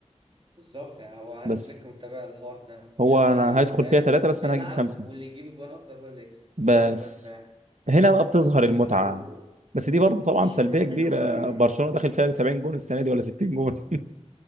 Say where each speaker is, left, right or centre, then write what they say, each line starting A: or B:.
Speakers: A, on the right; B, on the right.
A: بالظبط يعني هو هانز
B: بس
A: فليك متابع الحوار ده
B: هو
A: يعني
B: انا هدخل
A: فاهم
B: فيها ثلاثة بس
A: العب
B: انا هجيب خمسة
A: واللي يجيب الجوان اكتر هو اللي يكسب
B: بس
A: مش مهم بقى دفاع
B: هنا بقى بتظهر
A: بس
B: المتعة
A: دي برضو
B: بس دي برضه طبعا
A: مش
B: سلبية
A: حاجة
B: كبيرة
A: حلوة قوي
B: برشلونة داخل فيها 70 جون السنة دي ولا 60 جون <laughs>